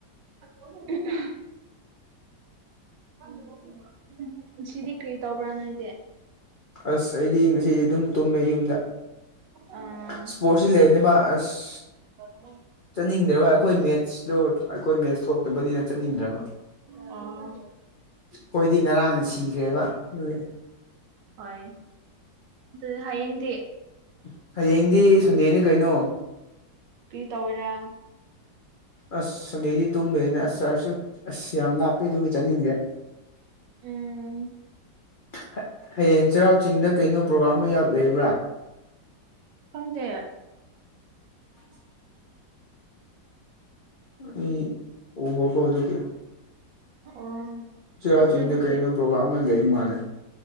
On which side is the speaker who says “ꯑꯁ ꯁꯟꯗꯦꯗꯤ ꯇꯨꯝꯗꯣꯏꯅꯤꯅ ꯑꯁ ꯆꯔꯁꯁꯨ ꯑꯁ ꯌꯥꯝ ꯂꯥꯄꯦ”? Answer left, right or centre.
Left